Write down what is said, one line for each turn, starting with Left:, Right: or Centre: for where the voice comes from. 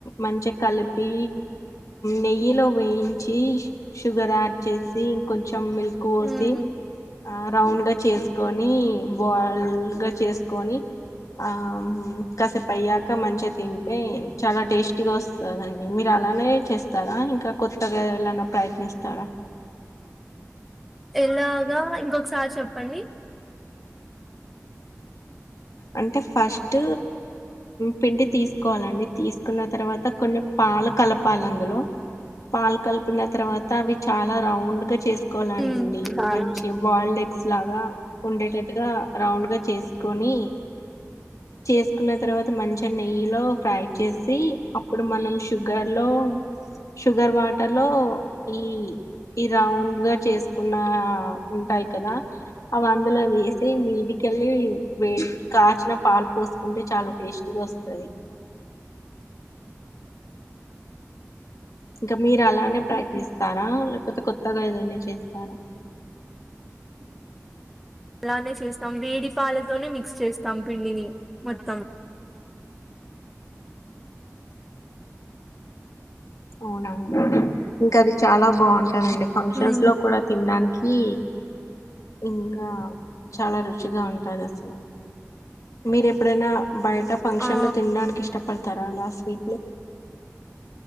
Left: మంచిగా కలిపి నెయ్యిలో వేయించి షుగర్ యాడ్ చేసింకంచెం మిల్క్ పోసి
Centre: మ్మ్
Left: ఆ రౌండ్ గా చేసుకొని బాయిల్ గా చేసుకొని ఆ కాసేపు అయ్యాక మంచిగా తింటే చాలా టేస్టీగా వస్తుందండి మీర అలానే చేస్తారా ఇంకా కొత్తగా ఎలానా ప్రయత్నిస్తారా
Centre: ఎలాగా ఇంకొకసారి చెప్పండి
Left: అంటే ఫస్ట్ పిండి తీసుకోవాలండి తీసుకున్న తర్వాత కొన్ని ప చాల కలపాలి అందులో పాలు కలిపిన తర్వాత అవి చాలా రౌండ్ గా చేసుకు కోాలండి
Centre: మ్మ్ చాలా
Left: మంచి బాల్డ్ ఎ్స్ ఇలాగా ఉండేటట్టుగా రౌండ్ గా చేసుకొని చేసుకున్న తర్వాత మంచి. నెయ్యిలో ఫ్రై చేసి ఆపు డతొ అ మ షుగర్ వాటర్ లో ఈ ఈ రౌండ్ గా చేసుకున్న ఉంటాయి కదా అవి అందులో వేసి మీదికి కలివి మే కాచిన పాలు పోసుకుంటే చాలా టేస్ట్గా వస్తుది ఇంకా మీరు అలానే ప్రయత్నిస్తారా లేకపోతే కొత్తగా ఏదైనా చేస్తారా
Centre: అలానే చేస్తాం వేడిపాలతోనే మిక్స్ చేస్తాం పిండిని మొత్తం
Left: అవునా ఇంకా అది చాలా బాగుంటందండి ఫంక్షన్స్
Centre: ఉమ్
Left: లో కూడా తినడానికి ఇంకా చాలా రుచిగా ఉంటారు అసలు మీరు ఎప్పుడైనా బయట ఫంక్షన్
Centre: ఆ
Left: లో తినడానికి ఇష్టపడతారా అలా స్వీట్ లో